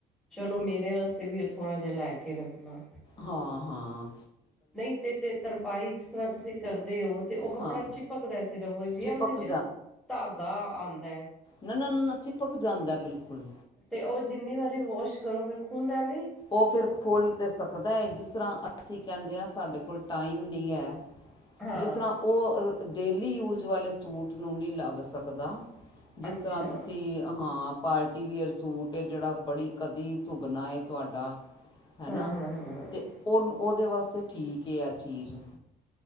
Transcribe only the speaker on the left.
ਹਾਂ-ਹਾਂ।
ਹਾਂ
ਚਿਪਕ
ਨਾ-ਨਾ ਨ ਨਾ, ਚਿਪਕ ਜਾਂਦਾਏ ਬਿਲਕੁਲ।
ਓ ਫਿਰ ਖੋਲ ਤੇ ਸਕਦਾ ਏ। ਜਿਸ ਤਰਾਂ ਅਸੀਂ ਕਹਿੰਦੇ ਆਂ ਸਾਡੇ ਕੋਲ ਟਾਈਮ ਨਈਂ ਐ
ਜਿਸ ਤਰਾਂ ਓ ਡੇਲੀ ਯੂਜ ਵਾਲੇ ਸੂਟ ਨੂੰ ਨਈ ਲਾਗ ਸਕ ਸਕਦਾ, ਜਿਸ
ਤਰਾਂ ਤੁਸੀਂ ਹਾਂ ਪਾਰਟੀਵੀਅਰ ਸੂਟ ਹੈ ਜਿਹੜਾ ਬੜੀ ਕਦੀ ਧੁੱਬਣਾ ਤੁਹਾਡਾ ਹੈ ਨਾ।
ਤੇ ਉਹਨੂੰ ਉਹਦੇ ਵਾਸਤੇ ਠੀਕ ਹੈ ਆ ਚੀਜ਼।